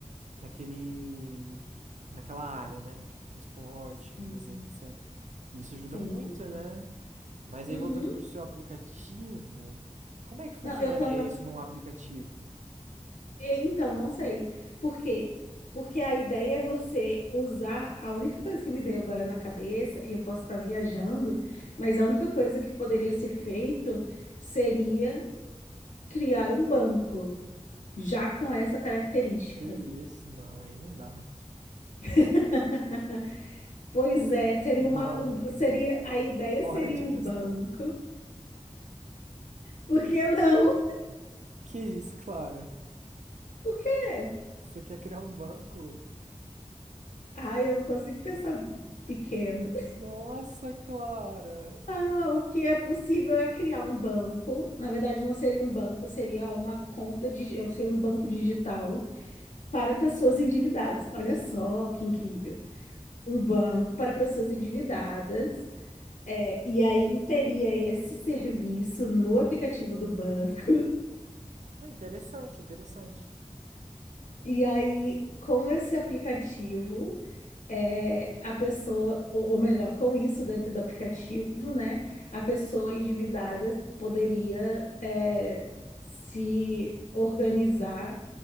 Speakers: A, on the right; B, on the left.
A: naquele, naquela área, né? Tipo, transporte,
B: Sim,
A: lazer, etc. E isso ajuda
B: sim.
A: muito, né? Mas
B: Uhum.
A: aí voltando para o seu aplicativo, como é que funcionaria
B: Não, eu tava.
A: isso num aplicativo?
B: e- Então, não sei. Por quê? Porque a ideia é você usar. A única coisa que me veio agora na cabeça, e eu posso estar viajando, mas a única coisa que poderia ser feito seria criar um banco, já com essa característica.
A: Que isso? Não, aí não dá.
B: <laughs> Pois é, seria
A: Não,
B: uma, um-
A: não.
B: seria, a ideia
A: Fora
B: seria
A: de
B: um
A: questão.
B: banco. Por que não?
A: Que isso, Clara?
B: Por quê?
A: Você quer criar um banco?
B: Ai, eu não consigo pensar pequeno.
A: Nossa, Clara!
B: Ah, o que é possível é criar um banco. Na verdade, não seria um banco, seria uma conta de, seria um banco digital para pessoas endividadas. Olha só que incrível. Um banco para pessoas endividadas. É, e aí teria esse serviço no aplicativo do banco.
A: Não, interessante, interessante.
B: E aí, com esse aplicativo, é, a pessoa, ou, ou melhor, com isso dentro do aplicativo, né, a pessoa endividada poderia, é, se organizar